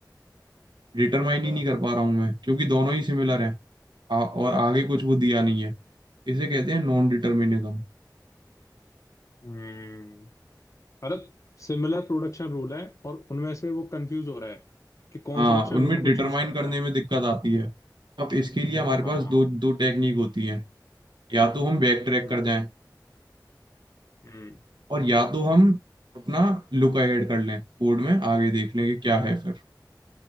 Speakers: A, on the right; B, on the left.
A: डिटरमाइन
B: अच्छा
A: ही नहीं कर पा रहा हूँ मैं क्योंकि दोनों ही सिमिलर हैं आ, और आगे कुछ वो दिया नहीं है इसे कहते हैं नॉन डिटर्मिनिज्म
B: हम्म मतलब सिमिलर प्रोडक्शन रूल है और उनमें से वो कंफ्यूज हो रहा है कि कौन
A: हाँ
B: सा प्रोडक्शन
A: उनमें
B: रूल को
A: डिटरमाइन
B: चूज करना
A: करने
B: है
A: में दिक्कत आती है अब इसके लिए हमारे पास
B: हाँ
A: दो दो टेक्निक होती है या तो हम बैक ट्रैक
B: हम्म
A: कर जाएं
B: हम्म
A: और या तो हम अपना लुक ऐड कर लें कोड में आगे देख लें कि क्या है फिर